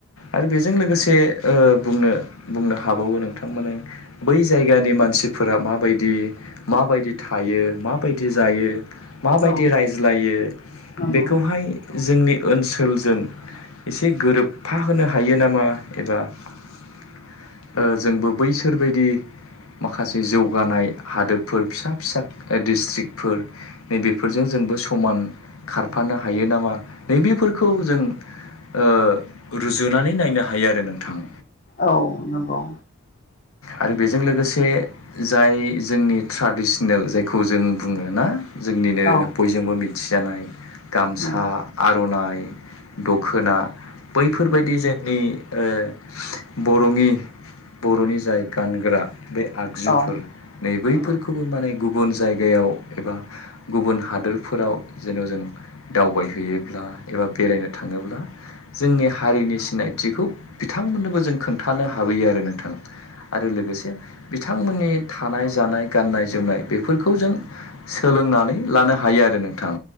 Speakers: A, on the left; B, on the left.
A: आरो बेजों लोगोसे ओ बुंनो बुंनो हाबावो नोंथांमोन बै जायगानि मानसिफोरा माबायदि माबायदि थायो माबायदि जायो। माबायदि
B: औ
A: रायज्लायो
B: नंगौ
A: बेखौहाय जोंनि ओनसोलजों एसे गोरोबफा होनो हायो नामा एबा जोंबो बैसोरबायदि माखासे जौगानाय हादोरफोर फिसा फिसा डिस्ट्रिक्फोर नै बेफोरजों जोंबो समान खारफानो हायो नामा नैबेफोरखौ जों ओ रुजुनानै नायनो हायो आरो नोंथाङा
B: औ नंगौ।
A: आरो बेजों लोगोसे जाय जोंनि ट्राडिसनेल जायखौ जों बुङो ना जोंनिनो
B: औ नंगौ औ
A: बयजोंबो मिथिजानाय गामसा
B: नंगौ
A: आर'नाइ दखना बैफोरबायदि जोंनि ओ बर'नि बर'नि जाय गानग्रा बे आगजुफोर
B: औ
A: नै बैफोरखौबो
B: नंगौ
A: माने गुबुन गुबुन जायगायाव एबा गुबुन हादोरफोराव जेन' जों दावबायहैयोब्ला एबा बेरायनो थाङोब्ला जोंनि हारिनि सिनायथिखौ बिथांमोननोबो जों खोन्थानो हाबोयो आरो नोंथां आरो लोगोसे बिथांमोननि थानाय जानाय गाननाय जोमनाय बेफोरखौ जों सोलोंनानै लानो हायो आरो नोंथां